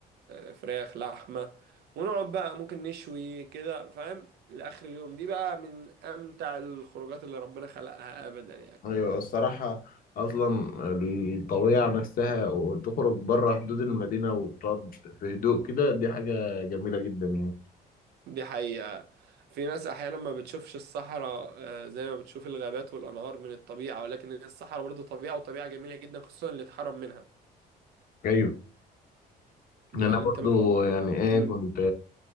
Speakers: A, on the right; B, on the left.
A: آه، فراخ لحمة ونقعد بقى ممكن نشوي كده فاهم لآخر اليوم دي بقى من امتع الخروجات اللي ربنا خلقها ابدا يعني
B: ايوه الصراحة اصلا الطبيعة نفسها وتخرج بره حدود المدينة وتقعد في هدوء كده دي حاجة جميلة جدا يعني
A: دي حقيقة في ناس أحيانا ما بتشوفش الصحراء آه، زي ما بتشوف الغابات والأنهار من الطبيعة ولكن هي الصحراء برضو طبيعة وطبيعة جميلة جدا خصوصا اللي اتحرم منها
B: ايوه
A: يعني
B: انا برضو
A: أنت مثلا
B: يعني ايه
A: مم.
B: كنت